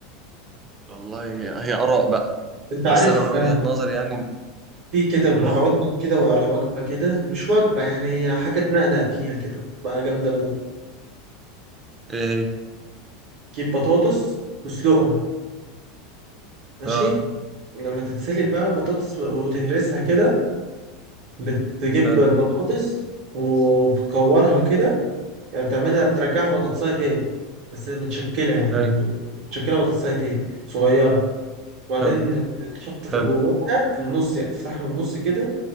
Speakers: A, on the right; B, on the right.
A: والله هي آراء بقى
B: انت عارف
A: بس أنا من وجهة
B: آه،
A: نظري يعني
B: في كده هقول
A: امم
B: لك كده على وجبه كده مش وجبه يعني هي حاجه تنقنق فيها كده بقى جامده موت
A: ايه هي
B: تجيب بطاطس وتسلقها ماشي
A: اه
B: لما تتسلق بقى بطاطس وتهرسها كده بتجيب
A: حلو
B: البطاطس وبتكورها كده يعني بتعملها بترجعها بطاطساية
A: مم.
B: تاني بس متشكلة يعني
A: ايوه
B: متشكلة بطاطساية تاني صغيرة وبعدين
A: حلو
B: تحط في
A: حلو
B: جواها في النص يعني تفتحها من النص كده